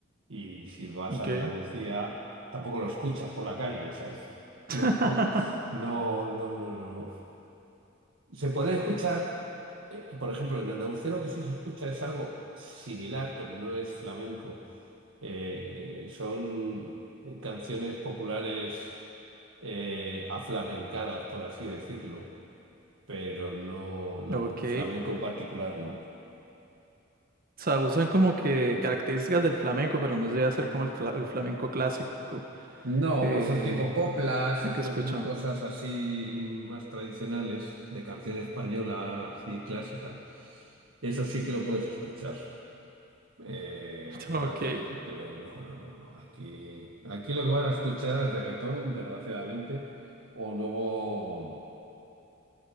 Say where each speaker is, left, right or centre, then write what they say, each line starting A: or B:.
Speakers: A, on the right (about 70°); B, on the right (about 45°).
A: y si vas
B: Ok.
A: a Andalucía tampoco lo escuchas por la calle, ¿sabes? <laughs>
B: <laughs>
A: No, no, no, no, no. Se pueden escuchar, eh, por ejemplo, en Andalucía lo que sí se escucha es algo similar, pero no es flamenco. Eh, eh, son eh, canciones populares eh, aflamencadas, por así decirlo, pero no, no,
B: Ok.
A: el flamenco en particular no.
B: O sea, usan como que características del flamenco, pero no llega a ser como el, cla- el flamenco clásico.
A: No,
B: Eh,
A: pues son tipo coplas
B: lo
A: y
B: que
A: co-
B: escuchan.
A: cosas así más tradicionales, de canción española así clásica. Eso sí que lo puedes escuchar. eh,
B: <laughs>
A: por la
B: Ok.
A: calle, pero no, no, no, no. Aquí, aquí lo que van a escuchar es reggaetón, desgraciadamente, o luego,